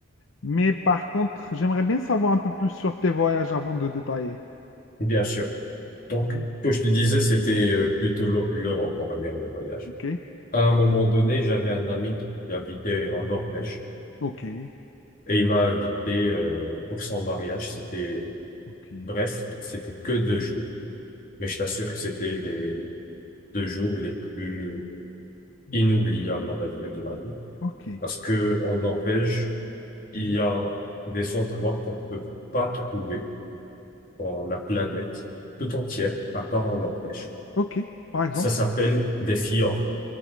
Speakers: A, on the left (about 75°); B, on the left (about 45°).
A: Mais par contre, j'aimerais bien savoir un peu plus sur tes voyages avant de détailler.
B: bien sûr. Donc,
A: Mhm.
B: ce que je te disais, c'était euh, plutôt l'Eu- l'Europe, on va dire, le voyage.
A: Ok,
B: À un moment donné, j'avais un ami qui habitait en Norvège
A: ok,
B: et il m'a invité euh, pour son mariage. C'était
A: ok,
B: bref, c'était que deux jours, mais je t'assure que c'était les deux jours les plus
A: Mhm.
B: inoubliable, on va dire, de ma vie.
A: ok,
B: Parce que en Norvège, il
A: Mhm.
B: y a des endroits qu'on ne peut pas trouver dans la planète tout entière, à part en Norvège.
A: ok, par exemple.
B: Ça s'appelle des fjords.